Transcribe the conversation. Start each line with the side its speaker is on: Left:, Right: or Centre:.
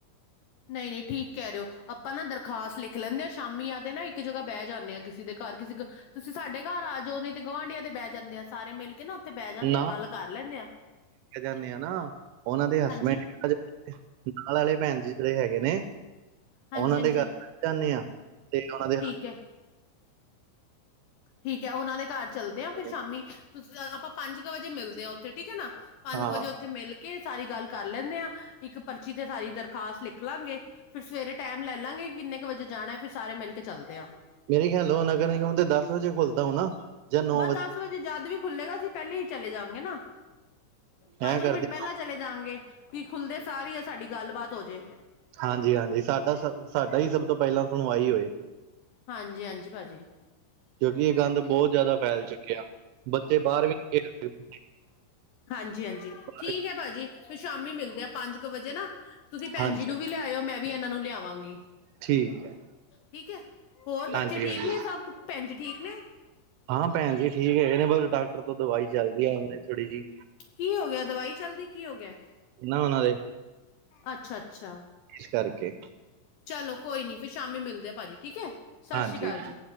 Left: ਨਹੀਂ-ਨਹੀਂ ਠੀਕ ਕਹਿ ਰਹੇਓ। ਆਪਾਂ ਨਾ ਦਰਖਾਸਤ ਲਿਖ ਲੈਂਦੇ ਹਾਂ। ਸ਼ਾਮੀ ਆਕੇ ਨਾ ਇੱਕ ਜਗ੍ਹਾ ਬਹਿ ਜਾਂਦੇ ਹਾਂ ਕਿਸੇ ਦੇ ਘਰ ਕਿਸੇ ਤੁਸੀਂ ਸਾਡੇ ਘਰ ਆ ਜਾਓ ਨਹੀਂ ਤੇ ਗੁਆਂਢੀਆਂ ਦੇ ਬਹਿ ਜਾਂਦੇ ਆ ਸਾਰੇ ਮਿਲ ਕੇ ਨਾ। ਤੇ ਬਹਿ ਜਾਂਨੇ
Right: ਨਾ
Left: ਆ, ਗੱਲ ਕਰ ਲੈਂਨੇ ਆਂ।
Right: ਜਾਂਦੇ ਆ ਨਾ, ਉਹਨਾਂ ਦੇ ਹਸਬੈਂਡ
Left: ਹਾਂਜੀ
Right: ਨਾਲ ਆਲੇ ਭੈਣ ਜੀ ਜਿਹੜੇ ਹੈਗੇ ਨੇ,
Left: ਹਾਂਜੀ
Right: ਉਹਨਾਂ
Left: ਹਾਂਜੀ
Right: ਦੇ ਘਰ ਚੱਲ ਜਾਂਨੇ ਆ, ਤੇ ਓਹਨਾਂ ਦੇ
Left: ਠੀਕ ਹੈ ਠੀਕ ਹੈ ਉਹਨਾਂ ਦੇ ਘਰ ਚੱਲਦੇ ਆਂ,
Right: ਹੱਥ
Left: ਫਿਰ ਸ਼ਾਮੀ ਤੁਸੀਂ ਆਪਾਂ ਪੰਜ ਕੁ ਵਜੇ ਮਿਲਦੇ ਹਾਂ। ਥੇ ਠੀਕ ਹੈ ਨਾ। ਪੰਜ
Right: ਹਾਂ
Left: ਕੁ ਵਜੇ ਉੱਥੇ ਮਿਲ ਕੇ ਕਿ ਸਾਰੀ ਗੱਲ ਕਰ ਲੈਂਦੇ ਆ। ਇੱਕ ਪਰਚੀ ਤੇ ਸਾਰੀ ਦਰਖਾਸਤ ਲਿਖ ਲਾਂਗੇ। ਫਿਰ ਸਵੇਰੇ ਟਾਈਮ ਲੈ ਲਾਂਗੇ ਕਿੰਨੇ ਕੁ ਵਜੇ ਜਾਣਾ ਫਿਰ ਸਾਰੇ ਮਿਲ ਕੇ ਚੱਲਦੇ ਆ।
Right: ਮੇਰੇ ਖਿਆਲ ਓਹ ਨਗਰ ਨਿਗਮ ਦਸ ਵਜੇ ਖੁਲਦਾ ਹੋਣਾ। ਜਾਂ ਨੌ
Left: ਬਸ ਦਸ ਵਜੇ ਜਦ ਵੀ ਖੁੱਲੇਗਾ ਅਸੀਂ ਪਹਿਲੇ ਹੀ ਚਲੇ ਜਾਂਗੇ ਨਾ। ਪੰਜ
Right: ਐਂ ਕਰਦੇ
Left: ਕੁ ਮਿੰਟ ਪਹਿਲਾਂ ਚਲੇ ਜਾਗੇ ਕੀ ਖੁੱਲਦੇ ਸਾਰੀ ਆ ਸਾਡੀ ਗੱਲਬਾਤ ਹੋਜੇ।
Right: ਹਾਂਜੀ-ਹਾਂਜੀ ਸਾਡਾ, ਸ ਸਾਡਾ ਹੀ ਸਭ ਤੋਂ ਪਹਿਲਾਂ ਸੁਣਵਾਈ ਹੋਏ।
Left: ਹਾਂਜੀ-ਹਾਂਜੀ ਭਾਜੀ।
Right: ਕਿਉਂਕਿ ਇਹ
Left: <inaudible>
Right: ਗੰਦ ਬਹੁਤ ਜ਼ਿਆਦਾ ਫੈਲ ਚੁੱਕਿਆ। ਬੱਚੇ ਬਾਹਰ ਵੀ ਨੀ ਖੇਡ ਸਕਦੇ
Left: ਹਾਂਜੀ-ਹਾਂਜੀ
Right: ਬਾਹਰ
Left: ਠੀਕ ਐ ਭਾਜੀ ਫਿਰ ਸ਼ਾਮੀ ਮਿਲਦੇ ਆ ਪੰਜ ਕੁ ਵਜੇ ਨਾ ਤੁਸੀਂ ਭੈਣ
Right: ਹਾਂਜੀ
Left: ਜੀ ਨੂੰ ਵੀ ਲਿਆਇਓ, ਮੈਂ ਵੀ ਇਹਨਾਂ ਨੂੰ ਲਿਆਵਾਂਗੀ,
Right: ਠੀਕ ਹੈ
Left: ਠੀਕ ਹੈ। ਹੋਰ ਬੱਚੇ
Right: ਹਾਂਜੀ
Left: ਠੀਕ
Right: ਹਾਂਜੀ
Left: ਨੇ ਸਭ ਭੈਣ ਜੀ ਠੀਕ ਨੇ?
Right: ਹਾਂ ਭੈਣ ਜੀ ਠੀਕ ਹੈਗੇ ਨੇ ਬਸ ਡਾਕਟਰ ਤੋਂ ਦਵਾਈ ਚੱਲਦੀ ਆ ਥੋੜ੍ਹੀ ਜਹੀ
Left: ਕੀ ਹੋ ਗਿਆ ਦਵਾਈ ਚਲਦੀ ਕੀ ਹੋ ਗਿਆ?
Right: ਨਾ ਉਹਨਾਂ ਦੇ
Left: ਅੱਛਾ-ਅੱਛਾ।
Right: ਇਸ ਕਰਕੇ
Left: ਚਲੋ ਕੋਈ ਨੀ ਫਿਰ ਸ਼ਾਮੀ ਮਿਲਦੇ ਆ ਭਾਜੀ ਠੀਕ ਹੈ, ਸਤਿ
Right: ਹਾਂਜੀ
Left: ਸ਼੍ਰੀ ਅਕਾਲ ਜੀ।